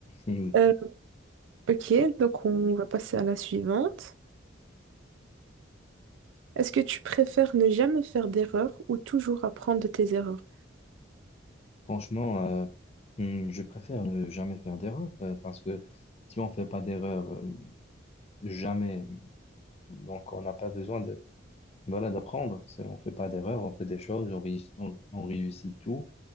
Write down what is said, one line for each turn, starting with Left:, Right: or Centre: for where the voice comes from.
Left: Hum,
Right: Euh, ok, donc on va passer à la suivante. Est-ce que tu préfères ne jamais faire d'erreur ou toujours apprendre de tes erreurs?
Left: Franchement, euh, hum, je préfère ne jamais faire d'erreur euh, parce que si on fait pas d'erreur, euh, jamais, donc on n'a pas besoin de, voilà, d'apprendre. C'est- On fait pas d'erreur, on fait des choses, on, réussit- on on réussit tout.